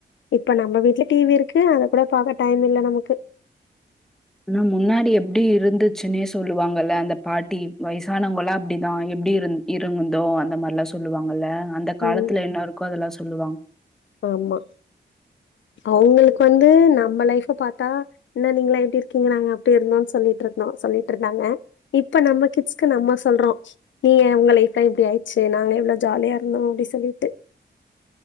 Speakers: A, on the left (about 85°); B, in the centre.
A: இப்ப நம்ம வீட்ல டி வி இருக்கு அத கூட பாக்க டைம் இல்ல நமக்கு
B: ஆனா முன்னாடி எப்டி இருந்துச்சுன்னே சொல்லுவாங்கல்ல அந்த பாட்டி வயசானவங்களா அப்டிதா எப்டி இரு இருகுந்தோ அந்த மாரிலா சொல்லுவாங்கல்ல அந்த காலத்துல
A: ம்.
B: என்ன இருக்கோ அதெல்லா சொல்லுவாங்க
A: ஆமா அவுங்களுக்கு வந்து நம்ம லைஃப பாத்தா என்ன நீங்களா எப்டி இருக்கீங்க நாங்க அப்டி இருந்தோன் சொல்லிட்ருந்தோ சொல்லிட் இருந்தாங்க இப்ப நம்ம கிட்ஸ்க்கு நம்ம சொல்றோ நீங்க உங்க லைப்லா இப்டி ஆயிடுச்சி நாங்களா எவ்ளோ ஜாலியா இருந்தோ அப்டி சொல்லிட்டு